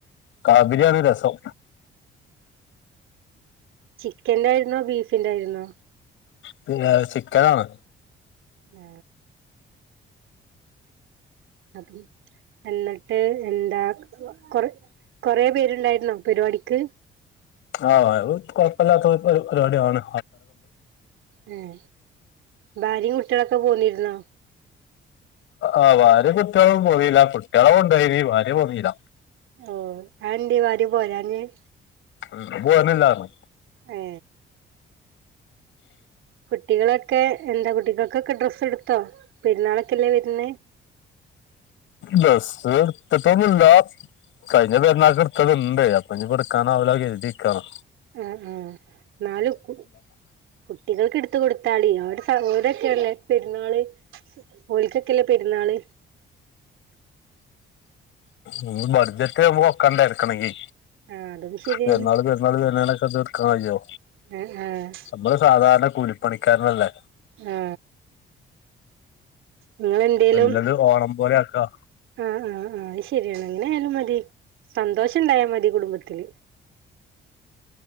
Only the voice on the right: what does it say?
ചിക്കന്റായിര്ന്നോ ബീ ഫിന്റായ്ര്ന്നോ
ആ അപ്പം എന്നിട്ട് എന്താ കൊറ കൊറേ പേരുണ്ടായിരുന്നോ പരിവാടിക്ക്
ഉം ഭാര്യയും കുട്ടികളൊക്കെ പോന്നിരുന്നോ
ഓ അഎന്തേ ഭാര്യ പോരാ ഉം
ഏ കുട്ടികളെ- ഒക്കെ എന്താ കുട്ടികൾക്കൊക്കെ ഡ്രസ്സ് എടുത്ത- ട്ത്തോ <unintelligible> പെരുന്നാളൊക്കെല്ലേ വരുന്നേ
ആഹ് ആഹ് നാലും കു കുട്ടികൾക്ക് എടുത്ത് കൊടുത്ത്- ത <unintelligible> സഹോദൊക്കെയല്ലേ പെര്‌ന്നാള്‌ ഓലിക്കൊക്കെല്ലേ പെരുന്നാള്
ആഹ് അതും ശരിയാണ്
ആഹ് ആഹ്
ആ നിങ്ങളെന്തേലും
ആഹ് ആഹ് ആഹ് അയിശേ രിയാണ്. അങ്ങനൊയാലും മതി. സന്തോഷം ഉണ്ടായാ മതി കുടുംബത്തില്.